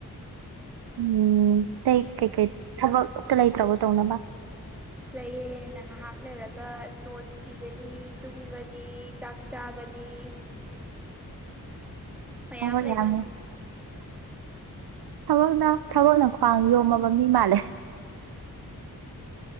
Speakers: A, on the right; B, in the centre.
A: ꯎꯝ ꯅꯇꯩ ꯀꯩꯀꯩ ꯊꯕꯛ ꯑꯛꯇ ꯂꯩꯇ꯭ꯔꯕꯣ ꯇꯧꯅꯕ
B: ꯂꯩꯌꯦ ꯅ ꯉꯥꯏꯍꯥꯛ ꯂꯩꯔꯒ ꯅꯣꯠꯁ ꯏꯒꯅꯤ ꯇꯨꯝꯒꯅꯤ ꯆꯥꯛ ꯆꯥꯒꯅꯤ
A: ꯁꯕ
B: ꯃꯌꯥꯝ ꯂꯩꯗ
A: ꯌꯥꯃꯦ ꯊꯕꯛꯅ ꯊꯕꯛꯅ ꯈ꯭ꯋꯥꯡ ꯌꯣꯝꯃꯕ ꯃꯤ ꯃꯥꯜꯂꯦ